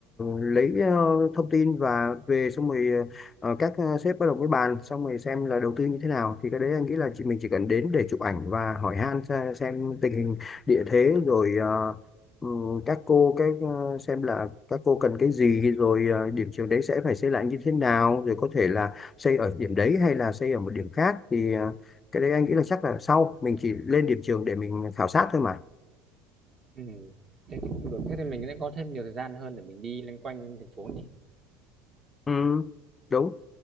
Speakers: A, on the left; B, on the right.
A: lấy ờ, thông tin và về xong rồi ờ, các ờ, sếp bắt đầu mới bàn xong rồi xem là đầu tư như thế nào thì cái đấy anh nghĩ là chị mình chỉ cần đến để chụp ảnh và hỏi han xe- xem tình hình địa thế rồi ờ, ừ, các cô cái ờ, xem là các cô cần cái gì rồi ờ, điểm trường đấy sẽ phải xây lại như thế nào rồi có thể là xây ở điểm đấy hay là xây ở một điểm khác thì ờ, cái đấy anh nghĩ là chắc là sau mình chỉ lên điểm trường để mình khảo sát thôi mà
B: Ừ. Thế thì cũng được. thế thì mình sẽ có thêm nhiều thời gian hơn để mình đi loanh quanh thành phố nhỉ
A: ừ, đúng